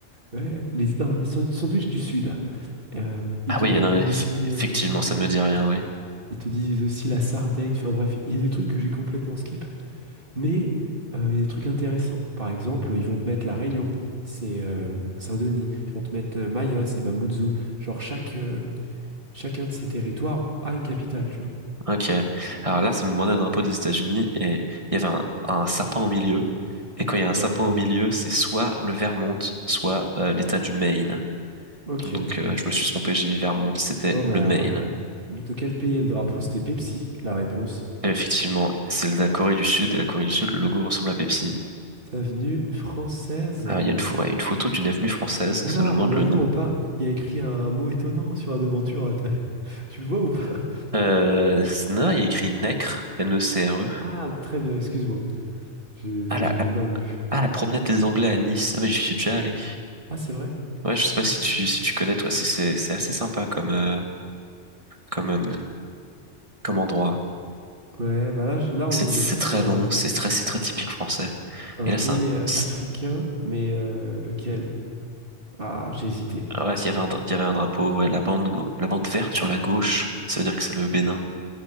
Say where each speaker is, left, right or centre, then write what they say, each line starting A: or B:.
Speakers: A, on the right; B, on the right.
A: Ouais, les, îles- non, les sand- sandwich du Sud. Euh, ils
B: Ah
A: te
B: oui,
A: proposent
B: non, eff-
A: aussi,
B: effectivement,
A: euh,
B: ça ne me dit rien, oui.
A: ils te disent aussi la Sardaigne. Enfin bref, il y a des trucs que j'ai complètement skip. Mais euh, il y a des trucs intéressants. Par exemple, ils vont te mettre La Réunion, c'est euh, Saint-Denis. Ils vont te mettre euh, Mayotte, c'est Mamoudzou. Genre, chaque, euh, chacun de ces territoires a une capitale, tu vois.
B: Ok. Alors là, ça me demandait le drapeau des États-Unis et il y avait un, un sapin au milieu. Et quand il y a un
A: Ouais.
B: sapin au milieu, c'est soit le Vermont, soit euh, l'État du Maine.
A: Ok.
B: Donc euh, je me suis trompé,
A: Là,
B: j'ai mis Vermont, c'était
A: on
B: le
A: a...
B: Maine.
A: De quel pays est le drapeau? C'était Pepsi, la réponse.
B: Et effectivement, c'est la Corée du Sud et la Corée du Sud, le logo ressemble à Pepsi.
A: C'est Avenue française.
B: Alors il y a une, pho- ouais, une photo d'une avenue française,
A: Oula,
B: ça nous demande
A: on est
B: le
A: d'accord
B: nom.
A: ou pas? Il y a écrit un, un mot étonnant sur la devanture, là. t'as- <laughs> Tu le vois ou pas?
B: Euh, c'est- non, il y a écrit Necre, N-E-C-R-E.
A: Ah, très bien, excuse-moi. Je-
B: Ah la,
A: J'avais
B: la,
A: mal lu.
B: ah, la promenade des Anglais à Nice. Ah mais j'y suis déjà allé.
A: Ah, c'est vrai?
B: Ouais, je sais pas
A: Oh,
B: si
A: ça-
B: tu si tu connais toi, c'est c'est c'est assez sympa comme euh, comme euh, comme endroit.
A: Ouais, bah là, je- là,
B: C'est
A: on
B: c'est
A: est face
B: très
A: à un...
B: long, c'est très c'est très typique français.
A: Un
B: Et là,
A: pays
B: c'est un
A: euh,
B: c'est-
A: africain, mais euh, lequel? Ah, j'ai hésité.
B: ouais, il
A: J'ai
B: y avait
A: hésité.
B: un dra- il y avait un drapeau, ouais, la bande gau- la bande verte sur la gauche, ça veut dire que c'est le Bénin.